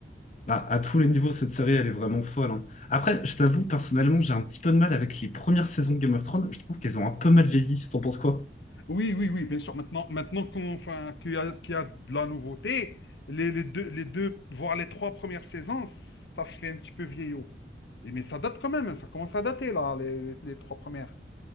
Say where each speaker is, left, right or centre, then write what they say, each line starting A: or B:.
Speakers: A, on the left (about 40°); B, on the left (about 80°).
A: Bah, à tous les niveaux, cette série, elle est vraiment folle. hein. Après, je t'avoue, personnellement, j'ai un petit peu de mal avec les premières saisons de Game of Thrones. Je trouve qu'elles ont un peu mal vieilli. T'en penses quoi?
B: Oui, oui, oui, bien sûr. Maintenant, maintenant qu'on, enfin, qu'il y a, qu'il y a de la nouveauté, les, les deux, les deux, voire les trois premières saisons, ça fait un petit peu vieillot. Et, mais ça date quand même, hein. ça commence à dater, là, les, les- les trois premières.